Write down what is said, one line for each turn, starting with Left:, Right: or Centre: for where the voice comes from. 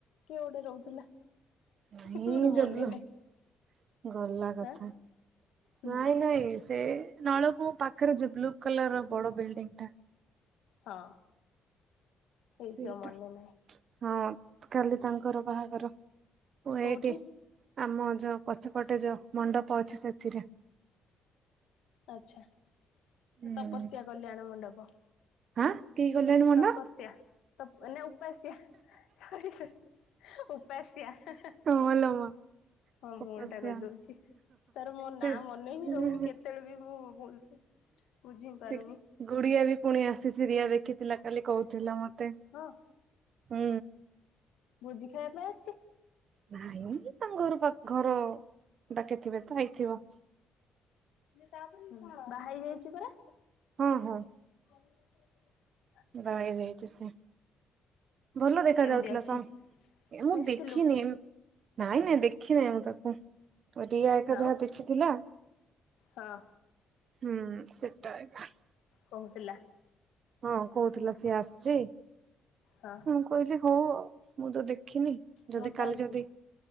Left: କିଏ ଗୋଟେ ରହୁଥିଲା।
Right: ନାଇଁ
Left: ମୋର ମନେ
Right: ଯୋଉ ବ୍ଲୁ
Left: ନାହିଁ
Right: ଗଲା କଥା
Left: ହାଁ ହୁଁ
Right: ନାଇଁ ନାଇଁ। ସେ ନଳକୂଅଁ ପାଖରେ ଯୋଉ ବ୍ଲୁ କଲର ର ବଡ ବିଲ୍ଡିଂ ଟା।
Left: ହଁ ହେଇଥିବ
Right: ସେଇଟା।
Left: ମନେ ନାହିଁ।
Right: ହଁ କାଲି ତାଙ୍କର ବାହାଘର ଉ
Left: କୋଉଠି
Right: ଏଇଟି ଆମ ଯୋଉ ପଛ ପଟେ ଯୋଉ ମଣ୍ଡପ ଅଛି ସେଥିରେ।
Left: ଆଚ୍ଛା ଓ
Right: ହୁଁ।
Left: ତପସ୍ୟା କଲ୍ୟାଣ ମଣ୍ଡପ।
Right: ହାଁ କି କଲ୍ୟାଣି ମଣ୍ଡପ?
Left: ତପସ୍ୟା ତପ ନା ଉପାସ୍ୟା ସରି ସ ଉପାସ୍ୟା ହାଁ ହାଁ।
Right: ହଁ ଲୋ ମା
Left: ହଁ
Right: ତପସ୍ୟା
Left: ମୁଁ ଓଲଟା କହିଦଉଛି ତାର ମୋ ନାଁ
Right: ସେ
Left: ମନେ ହିଁ ରହୁନି କେତେବେଳେ ବି ମୁଁ ଭୁଲସେ ବୁଝି ପାରିମି
Right: ସେ ଗୁଡିଆ ବି ପୁଣି ଆସିଛି ରିଆ ଦେଖିଥିଲା କାଲି କହୁଥିଲା ମତେ।
Left: ହଁ।
Right: ହୁଁ।
Left: ଭୋଜି ଖାଇବା ପାଇଁ ଆସିଛି?
Right: ନାଇଁ ତାଙ୍କ ଘର ପା ଘର ଡାକି ଥିବେ ତ ଆଇଥିବ।
Left: ବାହା ହେଇ ଯାଇଛି ପରା?
Right: ହଁ ହଁ।
Left: <unintelligible>
Right: ବାହା ହେଇ ଯାଇଛି ସେ। ଭଲ ଦେଖା
Left: କେମିତି
Right: ଯାଉଥିଲା
Left: ଅଛି?
Right: ଶ ଏ ମୁଁ
Left: ମିଶିଥିଲୁ
Right: ଦେଖିନି। ନାଇଁ ନାଇଁ ଦେଖି ନାହିଁ ମୁଁ ତାକୁ। ରିୟା ଏକା
Left: ଆଉ
Right: ଯାହା ଦେଖିଥିଲା।
Left: ହଁ।
Right: ହୁଁ ସେଟା ଆଇଲା।
Left: କହୁଥିଲା
Right: ହଁ କହୁଥିଲା ସିଏ ଆସିଛି
Left: ହଁ
Right: ମୁଁ କହିଲି ହଉ ଆଉ ମୁଁ ତ ଦେଖ ଖିଇନି
Left: ମୋଟା
Right: ଯଦି କାଲି
Left: ହେଇଛି
Right: ଯଦି